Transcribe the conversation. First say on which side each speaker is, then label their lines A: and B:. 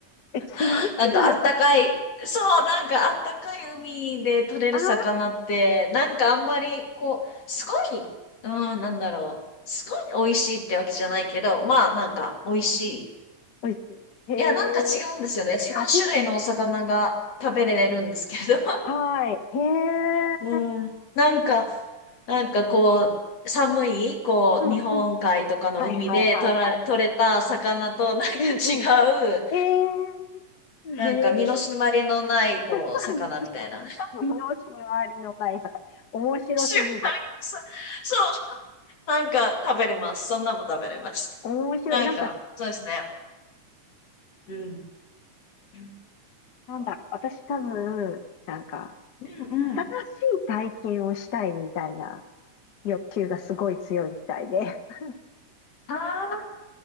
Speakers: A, on the left; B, on the left.
A: え、閉まってないさ。
B: <laughs> なんかあったかい、そう、なんかあったかい海で取れる魚って、
A: ああ、
B: なんかあんまりこう、すごい、うん、なんだろう、すごい美味しいってわけじゃないけど、まあなんか美味しい。
A: 美味しい。へえ、
B: いや、なんか違うんですよね。違う種類のお魚が食べれるんですけど。
A: 味が、
B: <laughs>
A: はい。へえ、
B: うん、なんか、なんかこう、寒い、こう、
A: うん、
B: 日本海とかの海で取ら、
A: うん。はい、はい、はい、はい。
B: 取れた魚となんか違う、
A: うんうん。えー、
B: なんか身の締まりのない、
A: へえ、
B: こう、
A: 何の人も身の
B: 魚みたいな。
A: 回りのない魚。面白すぎる。
B: シュッさ、そう、なんか食べれます。そんなんも食べれます。
A: 面白い。
B: なんか、
A: なんか、
B: そうですね。うん。うん
A: なんだろう。私多分、なんか、
B: うん。
A: 新しい体験をしたいみたいな欲求がすごい強いみたいで。<laughs>
B: あ